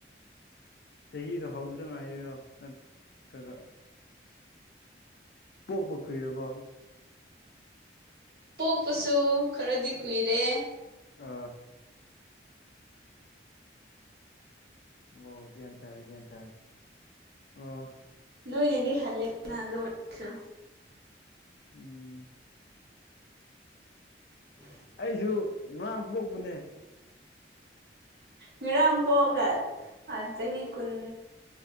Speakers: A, on the left; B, on the right.
A: ꯆꯍꯤꯗꯣ ꯍꯧꯕꯗ ꯉꯥꯏꯔꯤꯔꯣ ꯅꯠꯇ꯭ꯔꯒ ꯄꯣꯛꯄ ꯀꯨꯏꯔꯕꯣ
B: ꯄꯣꯛꯄꯁꯨ ꯈꯔꯗꯤ ꯀꯨꯏꯔꯦ
A: ꯑꯥ ꯑꯣ ꯒ꯭ꯌꯥꯟ ꯇꯥꯔꯦ ꯒ꯭ꯌꯥꯟ ꯇꯥꯔꯦ ꯑꯣ
B: ꯅꯣꯏꯅꯦꯗꯤ ꯍꯜꯂꯦꯅ ꯑꯗꯨ ꯑꯣꯏꯁꯨ
A: ꯎꯝ
B: ꯎ
A: ꯑꯩꯁꯨ ꯉꯥꯡ ꯄꯣꯛꯄꯅꯦ
B: ꯉꯔꯝ ꯄꯒ ꯑ ꯆꯍꯤ ꯆꯍꯤ ꯀꯟ